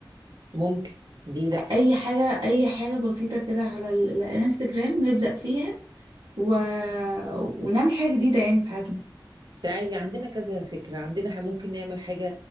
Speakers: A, on the right; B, on the right.
A: ممكن ليه لا
B: اي حاجة اي حاجة بسيطة كده على ال- الانستجرام نبدأ فيها و... ونعمل حاجة جديدة يعني في حياتنا
A: تعالي عندنا كذا فكرة عندنا ح- ممكن نعمل حاجة